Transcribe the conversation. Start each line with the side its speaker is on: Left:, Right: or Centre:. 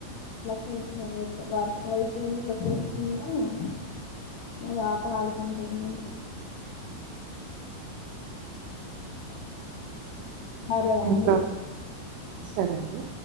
Left: అలా కూర్చున్నాం వర్క్ అయిపోఇంది ఇట్లా కూర్చున్నా మా పాప ఆడుకుంటుంది అరే అండి
Right: ఇంట్లో సరే అండి